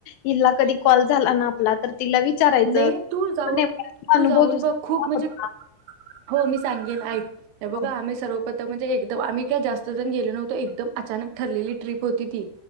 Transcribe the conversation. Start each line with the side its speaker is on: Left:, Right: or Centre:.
Left: हिला कधी कॉल झाला ना आपला तर. तिला विचारायचं
Right: नाही तू जाऊन
Left: ने अनुभव
Right: तू जाऊन
Left: तुजा
Right: बघ
Left: कसा
Right: खूप म्हणजे
Left: होता.
Right: हो मी सांगेन ऐक. हे बघा
Left: हो.
Right: आम्ही सर्वपत म्हणजे एकदम. आम्ही. जास्त जन गेलो नव्हतो एकदम. अचानक ठरलेली ट्र्रीप होती ती.